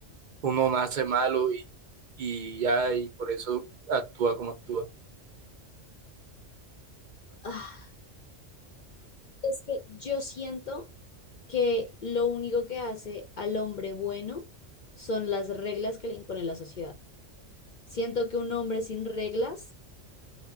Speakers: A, on the right; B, on the left.
A: uno nace malo y, y ya, y por eso actúa como actúa?
B: Ah, es que yo siento que lo único que hace al hombre bueno son las reglas que le impone la sociedad. Siento que un hombre sin reglas